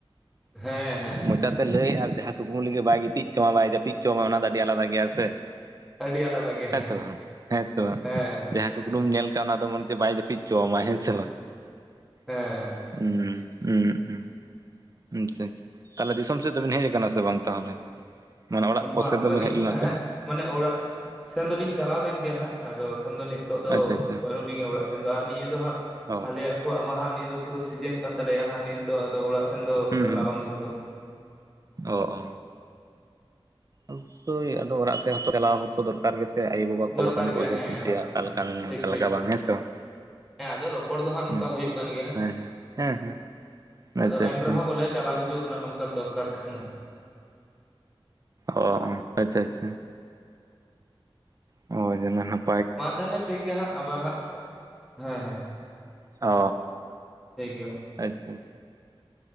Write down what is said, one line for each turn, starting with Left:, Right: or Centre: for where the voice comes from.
Centre: ᱦᱮᱸ ᱦᱮᱸ
Right: ᱢᱚᱪᱟᱛᱮ ᱞᱟᱹᱭ ᱟᱨ ᱡᱟᱦᱟᱸ ᱠᱩᱠᱢᱩ ᱞᱟᱹᱜᱤᱫ ᱵᱟᱭ ᱜᱤᱛᱤᱡ ᱦᱚᱪᱚᱣᱟᱢᱟ ᱵᱟᱭ ᱡᱟᱹᱯᱤᱫ ᱦᱚᱪᱚᱣᱟᱭ ᱚᱱᱟ ᱫᱚ ᱟᱹᱰᱤ ᱟᱹᱰᱤ ᱟᱞᱟᱫᱟ ᱜᱮᱭᱟ ᱥᱮ,
Centre: ᱟᱹᱰᱤ ᱟᱞᱟᱫᱟ ᱜᱮᱭᱟ
Right: ᱦᱮᱸ ᱥᱮ ᱵᱟᱝ ᱦᱮᱸ ᱥᱮ ᱵᱟᱝ
Centre: ᱦᱮᱸ
Right: ᱡᱟᱦᱟᱸ ᱥᱩᱠᱲᱩᱢ ᱧᱮᱞ ᱠᱟᱜ ᱚᱱᱟ ᱫᱚ ᱢᱚᱱᱮ ᱪᱮᱫ ᱵᱟᱭ ᱡᱟᱹᱯᱤᱫ ᱦᱚᱪᱚᱣᱟᱢᱟ ᱦᱮᱸ ᱥᱮ ᱵᱟᱝ
Centre: ᱦᱮᱸ
Right: ᱦᱩᱸ ᱦᱩᱸ ᱟᱪᱪᱷᱟ ᱟᱪᱪᱷᱟ ᱛᱟᱞᱦᱮ ᱫᱤᱥᱚᱢ ᱥᱮᱫ ᱫᱚᱵᱤᱱ ᱦᱮᱡ ᱠᱟᱱᱟ ᱥᱮ ᱵᱟᱝ ᱛᱟᱦᱞᱮ ᱢᱟᱱᱮ ᱚᱲᱟᱜ ᱠᱚ
Centre: ᱵᱟᱝ
Right: ᱥᱮᱫ ᱫᱚ
Centre: ᱵᱟᱹᱞᱤᱧ
Right: ᱵᱮᱱ ᱦᱮᱡ ᱞᱮᱱᱟ ᱥᱮ
Centre: ᱦᱮᱸ
Right: ᱵᱟᱝ
Centre: ᱢᱟᱱᱮ ᱚᱲᱟᱜ ᱥᱮᱱ ᱫᱚᱞᱤᱧ ᱪᱟᱞᱟᱣ ᱞᱮᱱ ᱜᱮᱭᱟ ᱦᱟᱸᱜ ᱟᱫᱚ ᱮᱠᱷᱚᱱ ᱫᱚ ᱱᱤᱛᱚᱜ ᱫᱚ
Right: ᱟᱪᱪᱷᱟ ᱟᱪᱪᱷᱟ
Centre: ᱵᱟᱹᱱᱩᱜ ᱞᱤᱧᱟᱹ ᱚᱲᱟᱜ ᱟᱨ ᱱᱤᱭᱟᱹ ᱦᱟᱸᱜ
Right: ᱚ
Centre: ᱟᱞᱮᱭᱟᱜ ᱠᱚ ᱢᱟᱜ ᱦᱟᱸᱜ ᱯᱩᱨᱟᱹ ᱥᱤᱡᱤᱱ ᱠᱟᱱ ᱛᱟᱞᱮᱭᱟ ᱦᱟᱸᱜ ᱱᱤᱛ ᱫᱚ ᱟᱫᱚ ᱚᱲᱟᱜ ᱥᱮᱱ ᱥᱮᱱ ᱫᱚ
Right: ᱦᱩᱸ
Centre: ᱪᱟᱞᱟᱣ
Right: ᱦᱩᱸ
Centre: ᱵᱟᱝ ᱡᱩᱛᱩᱜᱼᱟ
Right: ᱚ ᱚ ᱟᱵᱳᱥᱚᱭ ᱟᱫᱚ ᱚᱲᱟᱜ ᱥᱮᱫ ᱦᱚᱸ ᱪᱟᱞᱟᱣ ᱦᱚᱸᱛᱚ ᱫᱚᱨᱠᱟᱨ ᱜᱮᱥᱮ ᱥᱮ ᱟᱭᱳᱼᱵᱟ ᱠᱚ
Centre: ᱫᱚᱨᱠᱟᱨ
Right: ᱵᱟᱠᱷᱟᱱ ᱠᱚ
Centre: ᱜᱮᱭᱟ
Right: ᱩᱭᱦᱟᱹᱨ
Centre: ᱦᱮᱸ
Right: ᱪᱤᱱᱛᱟᱹᱭᱟ ᱚᱠᱟ ᱞᱮᱠᱟ ᱢᱮ
Centre: ᱴᱷᱤᱠ
Right: ᱚᱠᱟ
Centre: ᱴᱷᱤᱠ
Right: ᱞᱮᱠᱟ ᱵᱟᱝ ᱦᱮᱸᱥᱮ ᱵᱟᱝ
Centre: ᱦᱮᱸ ᱟᱫᱚ ᱨᱚᱯᱚᱲ ᱫᱚ ᱦᱟᱸᱜ ᱱᱚᱝᱠᱟ
Right: ᱦᱩᱸ
Centre: ᱦᱩᱭᱩᱜ ᱠᱟᱱ ᱜᱮᱭᱟ
Right: ᱦᱮᱸ ᱦᱮᱸ ᱦᱮᱸ ᱦᱮᱸ
Centre: ᱟᱫᱚ
Right: ᱟᱪᱪᱷᱟ
Centre: ᱮᱱ
Right: ᱟᱪᱪᱷᱟ
Centre: ᱨᱮᱦᱚᱸ ᱵᱚᱞᱮ ᱪᱟᱞᱟᱣ ᱦᱤᱡᱩᱜ ᱨᱮᱱᱟᱜ ᱱᱚᱝᱠᱟᱱ ᱫᱚᱨᱠᱟᱨ ᱠᱟᱱᱟ
Right: ᱚ ᱟᱪᱪᱷᱟ ᱟᱪᱪᱷᱟ ᱦᱚᱭ ᱡᱟᱹᱱᱤᱡ ᱦᱟᱜ
Centre: ᱢᱟ ᱛᱟᱦᱚᱞᱮ ᱴᱷᱤᱠ ᱜᱮᱭᱟ ᱦᱟᱸᱜ ᱟᱵᱟᱨ ᱦᱟᱸᱜ ᱦᱮᱸ ᱦᱮᱸ
Right: ᱚ
Centre: ᱴᱷᱤᱠ ᱜᱮᱭᱟ ᱢᱟ
Right: ᱟᱪᱪᱷᱟ ᱟᱪᱪᱷᱟ